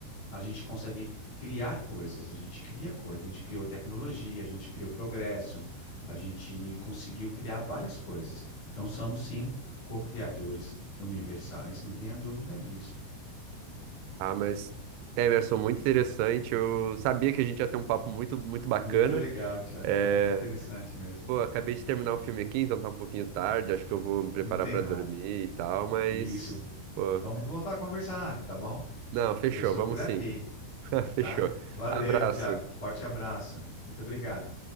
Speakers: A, on the left; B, on the right.
A: A gente consegue criar coisas, a gente cria coisas, a gente criou tecnologia, a gente criou progresso, a gente conseguiu criar várias coisas. Então, somos, sim, co-criadores universais, não tenha dúvida disso.
B: Ah, mas Emerson, muito interessante. Eu sabia que a gente ia ter um papo muito, muito bacana.
A: Muito legal, Tiago,
B: É,
A: foi muito interessante mesmo.
B: Pô, acabei de terminar o filme aqui, então tá um pouquinho tarde. Acho que eu vou me preparar
A: Não tem
B: pra
A: nada.
B: dormir e tal, mas.
A: Isso.
B: Pô.
A: Vamos voltar a conversar, tá bom?
B: Não, fechou,
A: Eu estou
B: vamos
A: por aqui,
B: sim. <laughs> Fechou.
A: tá? Valeu,
B: Abraço.
A: Thiago. Forte abraço. Muito obrigado.